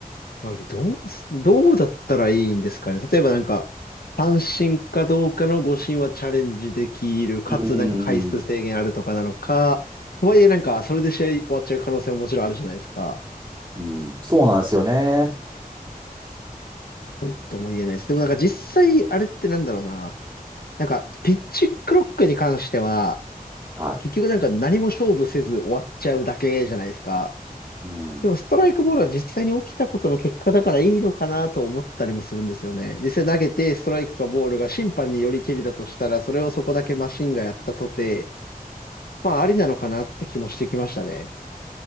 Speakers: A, on the left; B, on the right.
A: なので、どうす、どうだったらいいんですかね。例えばなんか、三振かどうかの五振はチャレンジできる。かつなんか回数制限あるとかなのか。
B: い。うーん。
A: とはいえなんか、それで試合終わっちゃう可能性ももちろんあるじゃないですか。
B: うん。そうなんですよね。
A: なんとも言えないです。でもなんか実際、あれってなんだろうな。なんか、ピッチクロックに関しては、
B: は
A: 結局なんか何も勝負せず終わっちゃうだけじゃないですか。
B: い。うん。
A: でもストライクボールは実際に起きたことの結果だからいいのかなと思ったりもするんですよね。実際投げてストライクかボールが審判によりけりだとしたら、それをそこだけマシンがやったとて、まあありなのかなって気もしてきましたね。